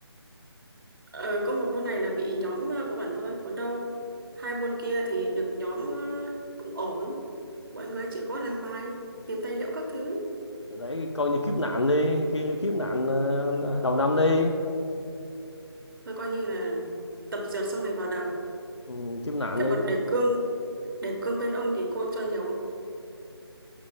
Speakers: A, on the right; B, on the left.
A: Ờ, có một môn này là bị nhóm ờ, của bản thôi, còn đâu hai môn kia thì được nhóm ờ, cũng ổn. Mọi người chịu khó làm bài, tìm tài liệu các thứ,
B: Cái đấy coi như kiếp nạn đi cái kiếp nạn ờ, đầu năm đi
A: rồi coi như là tập dượt xong này vào đời.
B: ừ, kiếp nạn
A: Thế
B: đi
A: còn đề cương, đề cương bên ông thì cô cho nhiều không?